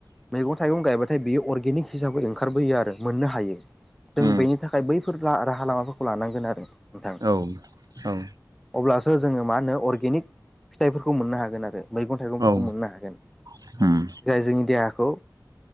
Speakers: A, in the centre; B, on the right (about 60°).
A: मैगं थाइगं गायबाथाय बियो अर्गेनिक हिसाबै ओंखारबोयो आरो मोननो हायो जों
B: उम
A: बेनि थाखाय बै फोर राहा लामाफोरखौ लानांगोन आरो। नोंथां
B: औ औ।
A: अब्लासो जोङो मा होनो अर्गेनिक फिथाइफोरखौ मोननो हागोन आरो। मैगं थाइगंफोरखौ
B: औ
A: मोननो हागोन।
B: उम
A: जाय जोंनि देहाखौ